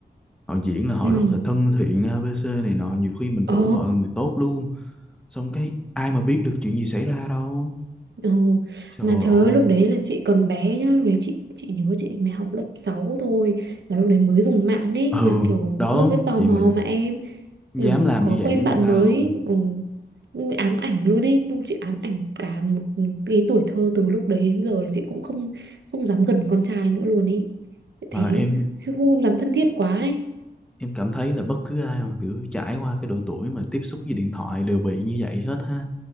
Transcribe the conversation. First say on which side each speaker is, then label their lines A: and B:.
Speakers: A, in the centre; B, on the right (about 80°).
A: họ diễn là họ
B: ừ
A: rất là thân thiện ABC này nọ nhiều khi mình
B: ồ
A: tưởng họ là người tốt luôn xong cái ai mà biết được chuyện gì xảy ra đâu
B: Ồ,
A: trời
B: mà trời
A: ơi
B: ơi lúc đấy là chị còn bé nhá lúc đấy chị chị nhớ chị mới học lớp 6 thôi là lúc đấy mới dùng mạng ấy
A: ừ
B: mà kiểu
A: đó
B: lúc đấy tò
A: vậy
B: mò
A: mà
B: mà em
A: dám
B: kiểu
A: làm
B: có
A: như vậy
B: quen
A: với người
B: bạn
A: ta
B: mới
A: luôn
B: ý, ừ, ừ, ám ảnh luôn ấy lúc chị ám ảnh cả một cái tuổi thơ từ lúc đấy đến giờ là chị cũng không không dám gần con trai nữa luôn ấy
A: mà
B: thấy
A: em
B: không, không dám thân thiết quá ấy
A: em cảm thấy là bất cứ ai mà kiểu trải qua cái độ tuổi mà tiếp xúc với điện thoại đều bị như vậy hết ha